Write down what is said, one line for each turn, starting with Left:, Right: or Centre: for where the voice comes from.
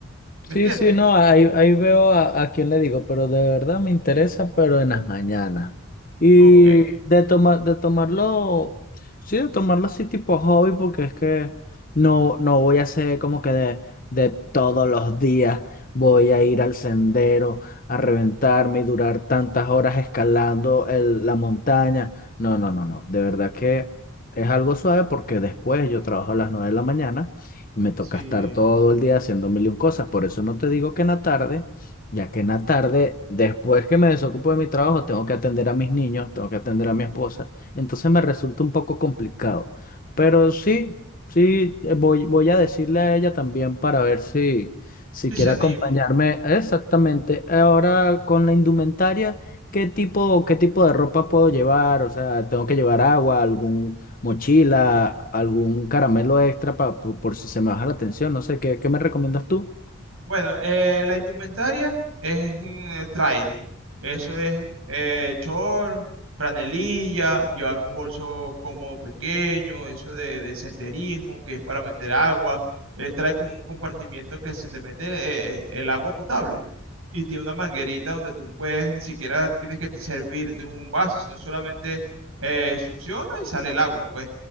Right: ¿Me
Left: Sí,
Right: entiendes?
Left: sí, no, ahí, ahí veo a, a quién le digo, pero de verdad me interesa, pero en las mañanas. Y
Right: Ok,
Left: de tomar, de tomarlo, sí, de tomarlo así tipo hobby, porque es que no, no voy a hacer como que de, de todos los días voy a ir al sendero a reventarme y durar tantas horas escalando el- la montaña. No, no, no, no. De verdad que es algo suave porque después yo trabajo a las nueve de la mañana. Me toca
Right: sí,
Left: estar todo el día haciendo mil y un cosas. Por eso no te digo que en la tarde, ya que en la tarde, después que me desocupo de mi trabajo, tengo que atender a mis niños, tengo que atender a mi esposa. Entonces me resulta un poco complicado. Pero sí, sí, eh, voy, voy a decirle a ella también para ver si, si
Right: sí
Left: quiere
Right: se anima.
Left: acompañarme. Exactamente. Ahora con la indumentaria. ¿Qué tipo, qué tipo de ropa puedo llevar? O sea, tengo que llevar agua, algún, mochila, algún caramelo extra pa- por, por si se me baja la tensión, no sé, ¿qué, qué me recomiendas tú?
Right: Bueno, eh, la indumentaria es mm, trail. Eso es eh, short, franelilla, llevar un bolso cómodo pequeño, eso de, de senderismo, que es para meter agua. Él trae como un compartimiento que se te mete eh, eh, el agua potable y tiene una manguerita donde tú puedes, ni siquiera tienes que te servir de un vaso, sino solamente eh, succiona y sale el agua. Pues